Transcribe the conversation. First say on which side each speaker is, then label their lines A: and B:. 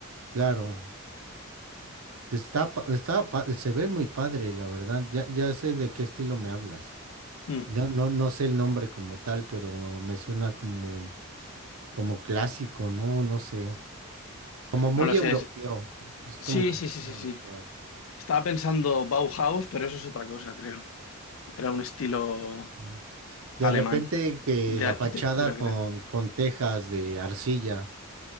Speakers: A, on the right (about 75°); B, on the left (about 65°).
A: Claro. Pues Está, pa- está, pa- se ve muy padre, la verdad. Ya, ya sé de qué estilo me hablas.
B: Hmm,
A: No, no, no sé el nombre como tal, pero me suena como. Como clásico, ¿no? No sé. Como muy
B: no lo
A: europeo.
B: sé. es-
A: Es
B: Sí,
A: como que
B: sí,
A: muy
B: sí, sí,
A: europeo.
B: sí. Estaba pensando Bauhaus, pero eso es otra cosa, creo. Era un estilo
A: Ujú. De
B: alemán
A: repente que
B: de
A: la
B: arquitectura,
A: fachada con,
B: creo.
A: con tejas de arcilla.